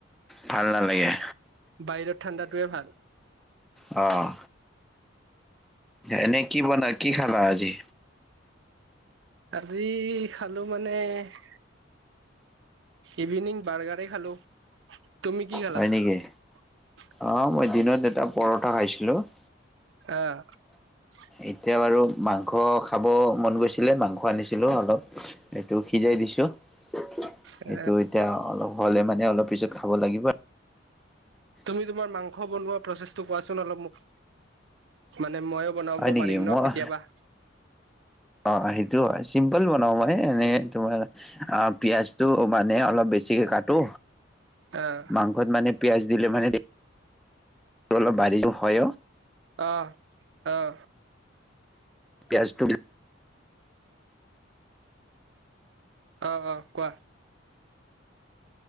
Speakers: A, in the centre; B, on the right.
A: ভাল নালাগে
B: বাহিৰত ঠাণ্ডাটোৱে ভাল
A: অঁ এনেই কি বনা কি খালা আজি
B: আজি খালো মানে । ইভিনিং বাৰ্গাৰেই খালো । তুমি কি খেলা
A: হয় নেকি
B: ।
A: অ মই দিনত এটা পৰঠা খাইছিলো ।
B: আহ ।
A: এতিয়া বাৰু মাংস খাব মন গৈছিলে মাংস আনিছিলো অলপ এইটো সিজাই দিছো । সেইটো
B: এ
A: এতিয়া অলপ । হ'লে মানে অলপ পিছত খাব লাগিব
B: তুমি তোমাৰ মাংস বনোৱা প্ৰচেছটো কোৱাচোন অলপ মোক মানে ময়ো বনাব
A: হয় নেকি
B: পাৰিম
A: মই
B: ন কেতিয়াবা
A: অ সেইটো হয় চিম্পল বনাও মই এনে তোমাৰ অ পিয়ঁাজটো মানে অলপ বেছিকে কাটোটো।
B: আহ
A: মাংসত মানে পিয়াজ দিলে মানে অলপ বাঢ়ি হয়
B: আহ আহ
A: পিয়ঁাজটো
B: অ অ কোৱা